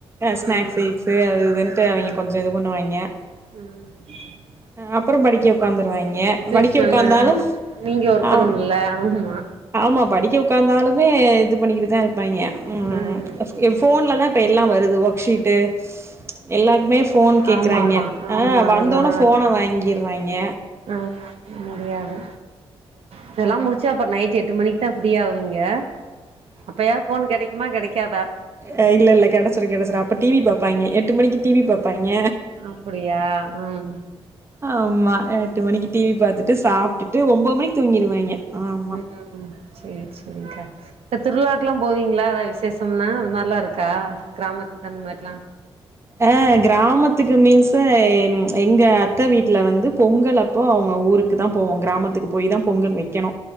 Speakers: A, on the right; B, on the right.
A: ஸ்நாக்ஸு
B: ம்
A: சரி அது இதுந்துட்டு அவங்க கொஞ்சோ இது பண்ணுவாய்ங்க
B: ம்
A: அப்புறோ படிக்க உக்காந்துருவாய்ங்க
B: டியூஷன்னு
A: படிக்க உக்காந்தாலு
B: நீங்க ஒருக்கணும்ல
A: ஆ
B: ஆமா
A: ஆமா படிக்க உக்காந்தாலுமே இது பண்ணிக்கிட்டு தா இருப்பாய்ங்க
B: ம்
A: ஃபோன்லலாம் இப்ப எல்லா வருது ஒர்க்ஷீட்டு எல்லாருக்குமே ஃபோன் கேக்குறாய்ங்க
B: ஆமா ஆமா
A: ஆ
B: ஆமா
A: வந்தோனே
B: அதுலதா
A: ஃபோன வாங்கிட்றாய்ங்க
B: ஆ முடியாது இதெல்லா முடிச்சு அப்றோ நைட் எட்டு மணிக்கு தா ஃப்ரீயாவீங்க அப்பயாது ஃபோன் கிடைக்குமா கிடைக்காதா
A: அஹ் இல்ல இல்ல கிடச்சுரு கிடச்சுறு அப்ப டிவி பாப்பாய்ங்க என் எட்டு மணிக்கு டிவி பாப்பாய்ங்க
B: அப்டியா ம்
A: ஆமா எட்டு மணிக்கு டிவி பாத்துட்டு சாப்ட்டுட்டு ஒம்போது மணிக்கு தூங்கிருவாய்ங்க ஆமா
B: ம் சேரி சேரிகா இந்த திருலா லா போவீங்களா எதா விசேஷம்னா அது மாதிரிலா இருக்கா கிராமத்து தன்னி மாரில்லா
A: ஆ கிராமத்துக்கு மீன்ஸ் எங்க அத்த வீட்டுல வந்து பொங்கல் அப் அப்போ அவுங்க ஊருக்கு தா போவோ கிராமத்துக்கு போய் தா பொங்கல் வைக்கணு